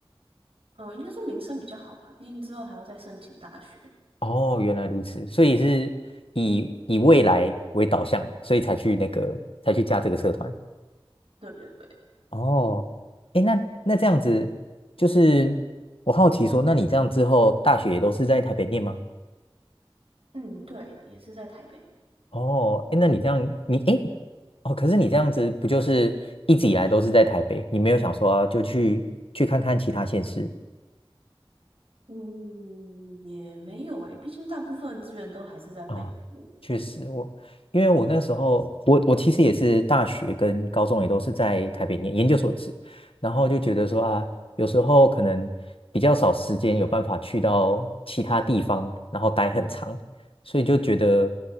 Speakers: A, on the right; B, on the left.
A: 嗯，应该说民生比较好吧，毕竟之后还要再申请大学。
B: 哦，原来如此，所以是以以未来为导向，所以才去那个才去加这个社团。
A: 对对对，
B: 哦，哎，那那这样子，
A: 诶
B: 就是我好奇说，那你这样之后大学也都是在台北念吗？
A: 嗯，对，也是在台北。
B: 哦，哎，那你这样，你哎，诶哦，可是你这样子不就是一直以来都是在台北，你没有想说就去去看看其他县市？
A: 嗯，也没有诶，毕竟大部分的资源都还是在北部。
B: 啊，确实我，因为我那时候，我我其实也是大学跟高中也都是在台北念，研究所也是，然后就觉得说啊，有时候可能比较少时间有办法去到其他地方，然后待很长，所以就觉得